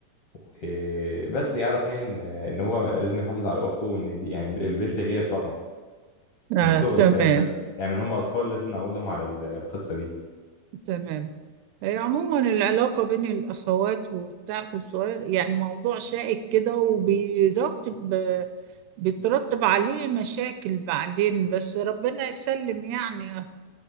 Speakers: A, on the left; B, on the right.
A: وبس يعرف يعني ان ان هو لازم يحافظ على اخته وان دي يعني البنت غير طبعا
B: آه
A: من صغره
B: تمام
A: الكلام ده يعني من هم اطفال لازم نعودهم على ال- القصه دي
B: تمام هي عموما العلاقة بين الأخوات وبتاع في الصغير يعني موضوع شائك كده وبيرتب بيترتب عليه مشاكل بعدين بس ربنا يسلم يعني